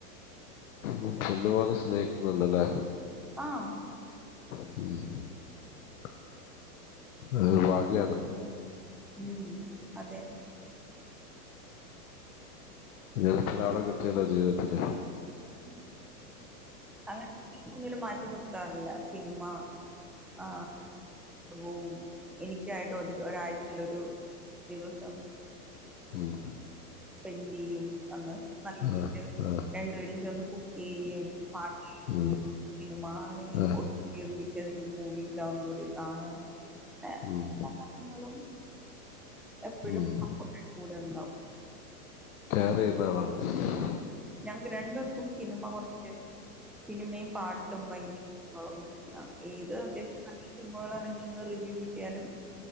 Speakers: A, on the left (about 60°); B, in the centre.
A: ഉ പൊന്ന പോലെ സ്നേഹിക്കുന്നുണ്ടല്ലേ
B: ആഹ്
A: ഉം ഉ <unintelligible> അ വഗയാണ്
B: ഉം അതെ
A: അങ്ങനെ ചില ആളെ കിട്ടിയല്ലോ ജീവിതത്തില്
B: ഉ അങ്ങനെ ഒ ഒന്നും മാറ്റി നിർത്താറില്ല സിനിമ ആ പോവും എനിക്കായിട്ട് ഒരു ഒരാഴ്ചൽൊ ഒരു ദിവസം
A: ഉം.
B: െന് ചെയും അന്ന് നല്ലട്ട്
A: ആ ആ
B: രണ്ടുപേരും ജന കുക്കി പാട്ടക്കി
A: ഉം.
B: ഇന്ന മണിട്ടല
A: ആ
B: ഏതെങ്കിലും മൂവി ഡൗൺലോഡ് ചെയ്ത് കാണുക അങ്ങ
A: ഉം.
B: എാ കാര്യങ്ങളും എപ്പോഴും
A: ഉം.
B: കൂടെ ഉണ്ടാവും
A: കയർ ചെയ്യുന്നാണോ <unintelligible>
B: രണ്ട പർക്കും സിനിമ കുറച്ച് സിനിമയും പാട്ടും ഭയങ്കര കൂട്ടത്തിലാണ് ഏത് അത്വ്യം നല്ല സിനിമകൾ ഇറങ്ങിന്ന് റിവ്യൂ കിട്ടിയാലും